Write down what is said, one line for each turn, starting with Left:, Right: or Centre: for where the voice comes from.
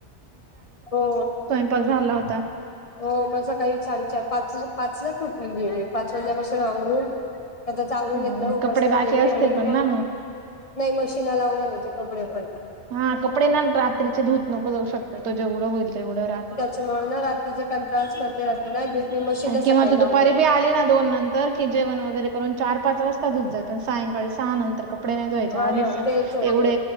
Left: हो.
Right: प झाला होता.
Left: हो म सकाळी साडे चार, पाच पाचलाच उठून गेले पाच वाजल्यापासून आवरून आता चालून
Right: ह
Left: घेतलं उपासना
Right: कपडे बाकी
Left: केली
Right: असतील
Left: आणि मग
Right: पण ना
Left: नाही मशीनला लावून आले ते कपडे पण.
Right: हा कपडे ना रात्रीचे धूत नको जाऊ शक्यतो जेवढं होईल तेवढं रात्
Left: त्याच्यामुळ ना रात्रीचं कंटाळाच करतय रात्री नाही दूध मी मशीनला
Right: आणि किंवा
Left: सकाळी
Right: तू
Left: लावून
Right: दुपारी
Left: देते.
Right: बी आली ना दोन नंतर की जेवण वगैर करून चार, पाच वाज <unintelligible> सायंकाळी सहा नंतर कपडे नाही धुवायचे
Left: हा
Right: आधीच
Left: ना तेच होतंय
Right: एवढ